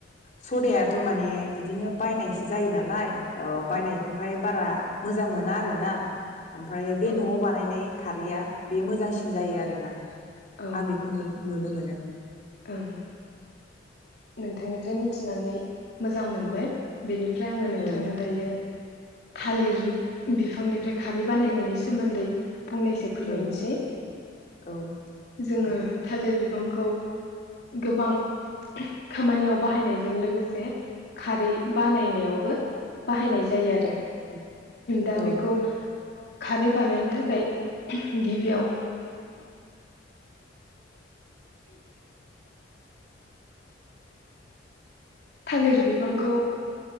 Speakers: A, on the left; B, on the left.
A: सदायाथ' माने बिदिनो बायनायसो जायो नालाय अ बायनायखौहाय
B: औ
A: बारा मोजां मोना आरो ना ओमफ्रायो बे
B: औ
A: न'आव बानायनाय खारैया बे मोजांसिन जायो आरोना
B: औ
A: आं बेखौ नुनो मोनो <unintelligible>
B: ओं नोंथांनिफ्राय मिथिनानै मोजां मोनबाय बेनिफ्राय आंङो नोंथांनो
A: औ
B: दायो थालिर बिफांनिफ्राय खारै बानायनायनि सोमोन्दै फंनैसो फोरमायनोसै
A: औ औ
B: जोंङो
A: दे
B: थालिर बि फांखौ गोबां खामानियाव बाहायनायजों लोगोसे खारै बानायनायावबो बाहायनाय जायो आरो।
A: औ
B: दा
A: औ
B: बेखौ खारै बानायनो थाखाय गिबियाव थालिर बिफांखौ